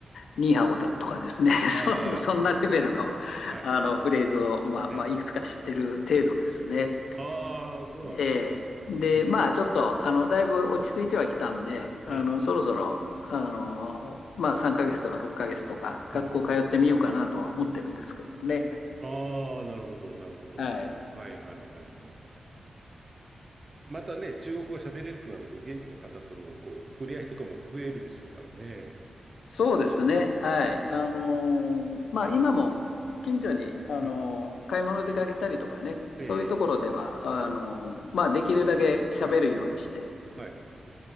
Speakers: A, on the left (about 80°); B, on the right (about 40°).
A: ニーハオとかですね、
B: はい、
A: <laughs> そん、そんなレベルの、
B: はい、はい。
A: あのフレーズを、まあ、
B: ええ。
A: まあ、いくつか知ってる程度ですね。
B: ああ、そうなんですね。
A: えーで、
B: うん。
A: まあ、ちょっと、あの、だいぶ落ち着いてはきたんで、あの、
B: ええ、
A: そろそろ、あの、まあ、3ヶ月とか6ヶ月とか、学校通ってみようかなとは思ってるんですけどもね。
B: うん。ああ、なるほど、なるほど。
A: はい。
B: はい、はい、はい、はい。またね、中国語喋れるとなると、現地の方との、こう、触れ合いとかも増えるでしょうからね。
A: そうですね。はい。あの、まあ、今も、近所に、あの、
B: うん。
A: 買い物出かけたりとかね、そういうところでは、
B: ええ、え
A: あの、まあ、できるだけ喋るようにして、
B: え。はい、はい。